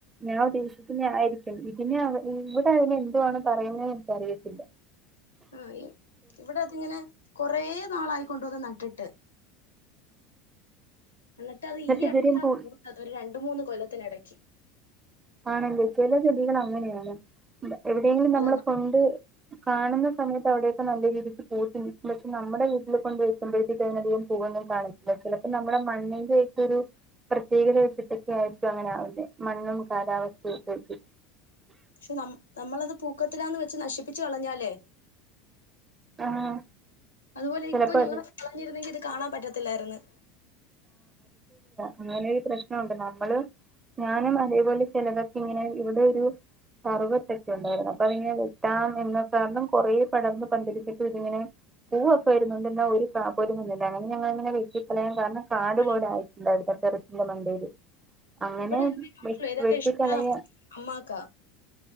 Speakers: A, on the right; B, on the left.
A: ഞാൻ ഉദ്ദേശിക്കുന്ന ആയിരിക്കും ഇതിന് അവ ഇവിടെ അയ്ന് എന്തുആണ് പറയുന്നേന്ന് എനിക്കറിയത്തി
B: ആ ഇവിടെ അത് ഇങ്ങനെ കൊറേ നാളായി കൊണ്ടവന്ന് നട്ടിട്ട് എന്നിട്ട് അത് ഈ
A: ഇതുവരെയും
B: അടുത്ത
A: പൂ
B: പൂത്തത് ഒരു രണ്ട് മൂന്ന് കൊല്ലത്തിന് എടക്ക്
A: ആണല്ലേ ചില ചെടികൾ അങ്ങനെയാണ് എവിടെങ്കിലും നമ്മള്
B: അതെന്നാ
A: കൊണ്ട് കാണുന്ന സമയത്ത് അവിടെയൊക്കെ നല്ല രീതിക്ക് പൂത്ത് നിൽക്കും പക്ഷെ നമ്മുടെ വീട്ടില് കൊണ്ട് വെക്കുമ്പോഴ്ത്തേക്ക് അതിനധികം പൂ ഒന്നും കാണത്തില്ല ചിലപ്പോ നമ്മുടെ മണ്ണിന്റെയെക്കെ ഒരു പ്രത്യേകത വച്ചിട്ടൊക്കെ ആയിരിക്കും അങ്ങനെ ആവുന്നേ മണ്ണും കാലാവസ്ഥയും ഒക്കെ വച്ചിട്ട്
B: പക്ഷെ ന നമ്മളത് പൂക്കത്തിലാന്ന് വെച്ച് നശിപ്പിച്ചു കളഞ്ഞാലേ
A: ആഹ്
B: അതുപോലെ
A: ചിലപ്പോ
B: ഇപ്പൊ ഞങ്ങളത്
A: അത്
B: കളഞ്ഞിരുന്നെങ്കി ഇത് കാണാൻ പറ്റത്തില്ലാരുന്നു
A: അങ്ങനെ ഒരു പ്രശ്നഒണ്ട് നമ്മള് ഞാനും അതേപോലെ ചിലതൊക്കെ ഇങ്ങനെ ഇവിടെ ഒരു കർവത്തക്കെ ഉണ്ടാരുന്നു അപ്പൊ അതിങ്ങനെ വെട്ടാം എന്ന കാരണം കുറെ പടർന്ന് പന്തലിച്ചിട്ട് ഇതിങ്ങനെ പൂവൊക്കെ വരുന്നുണ്ട് എന്ന ഒരു കാ പോലും വന്നില്ല അങ്ങനെ ഞങ്ങളങ്ങനെ വെട്ടി കളയാൻ കാരണം കാട്
B: ആണ്
A: പോലെ ആയിട്ടുണ്ടായിട്ടുണ്ടാരുന്നു ടെറസിന്റെ മണ്ടേല് അങ്ങനെ
B: ഇവിടെ
A: വെ
B: ഇതൊക്കെ
A: വെട്ടിക്കളയ
B: ഇഷ്ടം അമ്മാക്കാ